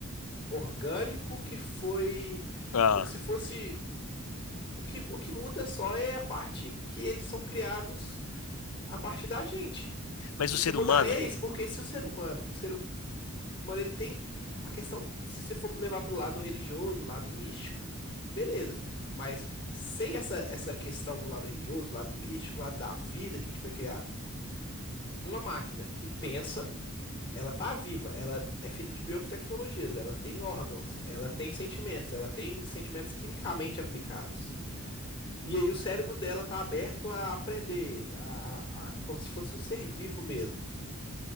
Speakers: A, on the left; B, on the left.
A: orgânico que foi
B: ah,
A: como se fosse o que, o que muda só é a parte que eles são criados a partir da gente.
B: mas
A: O
B: o ser
A: que mudaria
B: humano.
A: é isso, porque se o ser humano, o ser Mano, ele tem a questão, se você for levar pro lado religioso, lado místico, beleza. Mas sem essa, essa questão do lado religioso, lado místico, lado da vida que a gente foi criado, uma máquina que pensa, ela tá viva, ela é feita de biotecnologias, ela tem órgãos, ela tem sentimentos, ela tem sentimentos quimicamente aplicados. E aí o cérebro dela tá aberto a aprender, a, a- como se fosse um ser vivo mesmo.